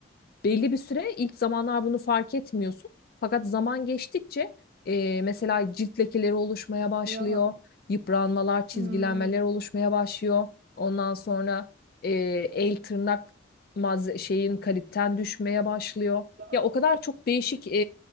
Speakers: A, on the left (about 50°); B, on the right (about 45°).
A: Belli bir süre ilk zamanlar bunu fark etmiyorsun. Fakat zaman geçtikçe e, mesela cilt lekeleri oluşmaya başlıyor
B: Ya
A: yıpranmalar, çizgilenmeler
B: Hmm,
A: oluşmaya başlıyor. Ondan sonra e, el tırnak malze- şeyin kaliten düşmeye başlıyor.
B: ya,
A: Ya o kadar çok değişik e,